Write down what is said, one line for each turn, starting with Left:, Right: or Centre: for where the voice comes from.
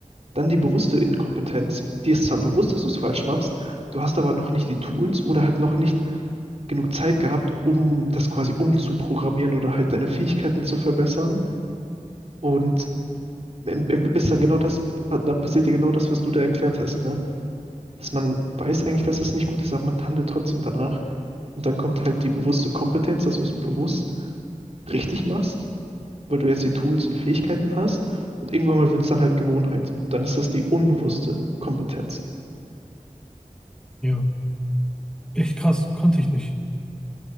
Right: Dann die bewusste Inkompetenz. Dir ist zwar bewusst, dass du es falsch machst, du hast aber noch nicht die Tools oder halt noch nicht genug Zeit gehabt, um das quasi umzuprogrammieren oder halt deine Fähigkeiten zu verbessern. Und im- im- bist dann genau das, dann passiert dir genau das, was du da erklärt hast, ne? Dass man weiß eigentlich, dass das nicht gut ist, aber man handelt trotzdem danach. Und dann kommt halt die bewusste Kompetenz, dass du es bewusst richtig machst weil du jetzt die Tools und Fähigkeiten hast und irgendwann mal wird es dann halt Gewohnheit. Und dann ist das die unbewusste Kompetenz.
Centre: ja, echt krass, konnte ich nicht.